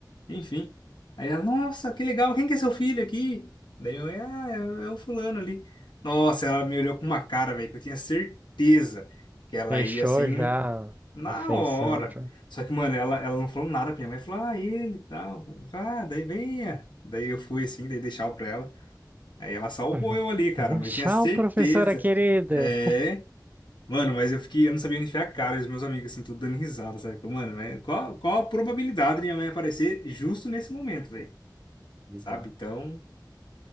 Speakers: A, on the left; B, on the right.
A: enfim. Aí ela, nossa, que legal, quem que é seu filho aqui? Daí minha mãe, ah, é, é o fulano ali. Nossa, ela me olhou com uma cara, velho, que eu tinha certeza que ela
B: fechou
A: ia assim.
B: já
A: Na
B: a feição
A: hora.
B: já. <laughs>
A: Só que, mano, ela, ela não falou nada pra minha mãe. Falou, ah, ele e tal. Eu falei, Ah, daí venha. Daí eu fui assim, daí deixava pra ela. Aí ela salvou
B: Uhum.
A: eu ali, cara,
B: Uhum.
A: mas
B: Tchau,
A: tinha certeza.
B: professora querida.
A: É. Mano, mas eu fiquei, eu não sabia onde enfiar a cara, e os meus amigos, assim, tudo dando risada, sabe? Falei, mano, mas qual, qual a probabilidade de minha mãe aparecer justo nesse momento, velho?
B: Bizarro.
A: Sabe? Então,